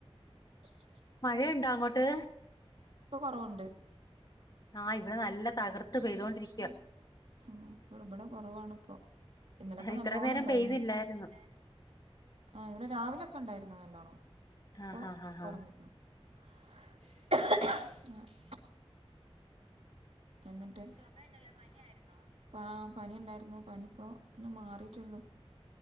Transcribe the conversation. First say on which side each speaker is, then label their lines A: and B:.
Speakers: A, on the left; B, on the right.
A: മഴയുണ്ടോ അങ്ങോട്ട്?
B: ഇപ്പൊ കൊറവുണ്ട്
A: ആഹ് ഇവിടെ നല്ല തകർത്ത് പെയ്തോണ്ടിരിക്ക്യാ
B: ആഹ് ഇപ്പള് ഇബടെ കൊറവാണ് ഇപ്പൊ ഇന്നലൊക്കെ
A: ഇത്ര
B: നല്ലോണം
A: നേരം
B: ഇണ്ടായിരുന്ന്
A: പെയ്തില്ലായിരുന്നു
B: ങ്ങനെ പെയ്ത് ല്ലേ ആഹ് ഇവ്ടെ രാവിലെക്കെ ഇണ്ടായിര്ന്നു നല്ലോണ്ണം ഇപ്പൊ
A: ആഹ് ആഹ് ആഹ്
B: കൊറഞ്ഞ്ക്ക്ണ്
A: ആഹ്
B: ആഹ് എന്നിട്ട് ചൊമ ഇണ്ടല്ലോ പനിയായിരുന്നോ പ ആഹ് പനി ഇണ്ടായ്ര്ന്നു പനിപ്പോ ഒന്ന് മാറീറ്റൊള്ളു